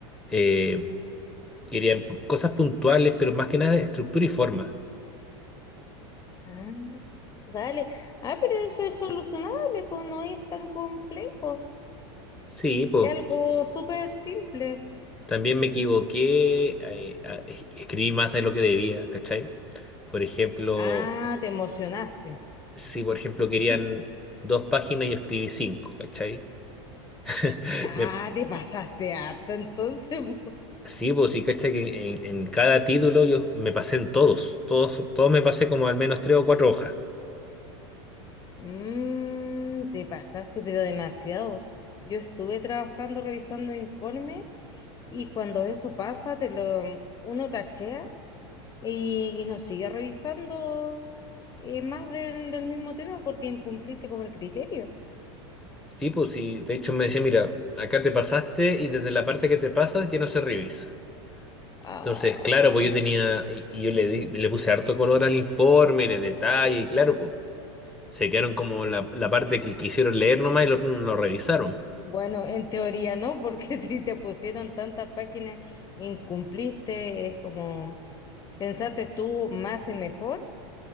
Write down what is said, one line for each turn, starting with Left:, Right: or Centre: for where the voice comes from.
Centre: eh, querían p- cosas puntuales, pero más que nada de estructura y forma.
Left: Ah, dale. Ah, pero eso es solucionable, pues no es tan complejo.
Centre: Sí, pues
Left: Es algo súper simple.
Centre: también me equivoqué, eh, a- escribí más de lo que debía, ¿cachai? Por ejemplo...
Left: Ah, te emocionaste. <laughs>
Centre: si, por ejemplo, querían
Left: Mm.
Centre: dos páginas y escribí cinco, ¿cachai? <laughs>
Left: Ah,
Centre: Me-
Left: te pasaste harto entonces. <laughs> po.
Centre: sí, pues sí, ¿cachai? Que en, en- en cada título yo me pasé en todos, todos, todos me pasé como al menos tres o cuatro hojas.
Left: Mm, te pasaste, pero demasiado. Yo estuve trabajando revisando informes y cuando eso pasa, te lo, uno tachea Y, y nos sigue revisando eh, más del, del mismo tema porque incumpliste con el criterio.
Centre: Sí, pues sí, de hecho me decía, mira, acá te pasaste y desde la parte que te pasas ya no se revisa.
Left: Ah,
Centre: Entonces, claro, pues yo tenía, y, y yo le, di- le puse harto color al informe, le detalle, y claro, pues se quedaron como la, la parte que quisieron leer nomás y lo, no lo revisaron.
Left: bueno, en teoría no, porque <laughs> si te pusieron tantas páginas, incumpliste, es como, pensaste tú más y mejor,